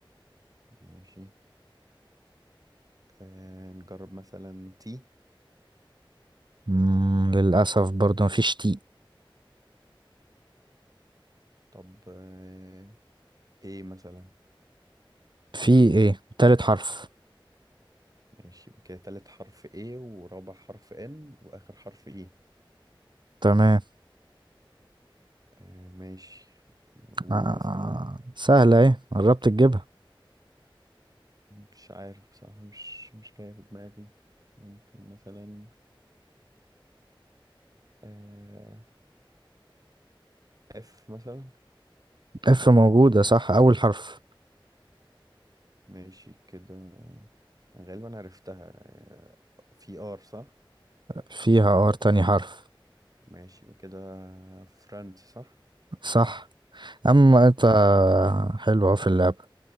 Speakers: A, on the right; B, on the right.
A: ماشي آه، نجرب مثلا تي
B: مم للاسف برضو مفيش تي
A: طب آه، ايه مثلا
B: في ايه تالت حرف
A: ماشي يبقى كده تالت حرف ايه ورابع حرف ان واخر حرف ايه
B: تمام
A: آه ماشي نقول
B: آه
A: مثلا
B: سهلة
A: مم،
B: ايه قربت تجيبها
A: مش عارف بصراحة مش مش جاية في دماغي ممكن مثلا آه اف مثلا
B: اف موجودة صح اول حرف
A: ماشي كده غالبا عرفتها آه في ار صح
B: فيها ار تاني حرف
A: ماشي يبقى كده فرانس صح
B: صح اما انت حلو أهو في اللعبة